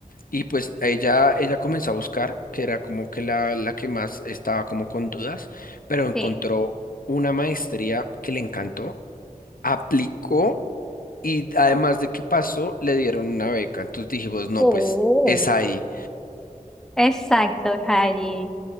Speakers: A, on the left (about 80°); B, in the centre.
A: Y pues ella, ella comenzó a buscar, que era como que la, la que más estaba como con dudas, pero encontró
B: sí.
A: una maestría que le encantó, aplicó y además de que pasó, le dieron una beca. Entonces dijimos, no,
B: Oh.
A: pues es ahí.
B: Exacto, Rayi.